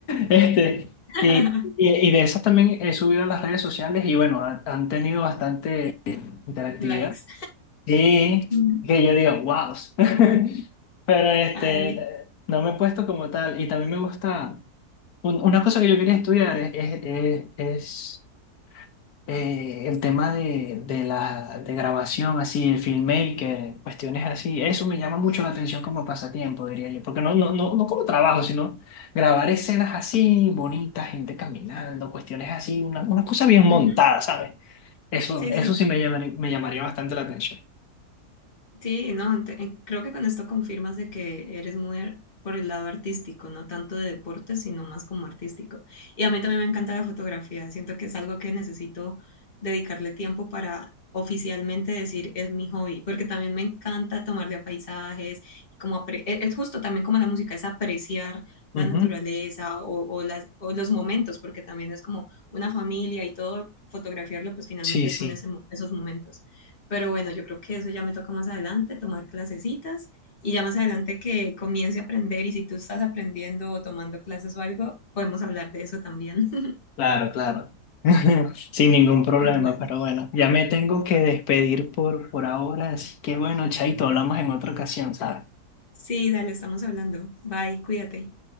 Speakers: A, on the left (about 70°); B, on the left (about 35°).
A: Este,
B: <laughs>
A: y, y, y de esas también he subido a las redes sociales y bueno, han, han tenido bastante interactividad.
B: Likes.
A: Sí,
B: Ujú.
A: que yo digo, wow. <laughs> Pero este,
B: Ay, a mí-
A: no me he puesto como tal. Y también me gusta. Un- Una cosa que yo quería estudiar es, es- es- es, eh, el tema de, de la de grabación, así, el filmmaker, cuestiones así. Eso me llama mucho la atención como pasatiempo, diría yo. Porque no, no, no, no como trabajo, sino grabar escenas así, bonitas, gente caminando, cuestiones así, una, una cosa bien montada,
B: ujú.
A: ¿sabes? Eso,
B: Sí,
A: eso
B: sí.
A: sí me llamaría, me llamaría bastante la atención.
B: Sí, no, te- eh, creo que con esto confirmas de que eres muy ar- por el lado artístico, no tanto de deporte, sino más como artístico. Y a mí también me encanta la fotografía, siento que es algo que necesito dedicarle tiempo para oficialmente decir es mi hobby, porque también me encanta tomarle a paisajes, y como apre- e- es justo también como la música, es apreciar la
A: Ujú.
B: naturaleza o, o las, o los momentos, porque también es como una familia y todo, fotografiarlo pues finalmente
A: Sí, sí.
B: son ese, mo- esos momentos. Pero bueno, yo creo que eso ya me toca más adelante, tomar clasecitas y ya más adelante que comience a aprender y si tú estás aprendiendo o tomando clases o algo, podemos hablar de eso también. <laughs>
A: Claro, claro. <laughs> Sin ningún problema,
B: Bueno,
A: pero bueno, ya me tengo que despedir por, por ahora, así que bueno, Chaito, hablamos en otra ocasión, ¿sabes?
B: sí, dale, estamos hablando. Bye, cuídate.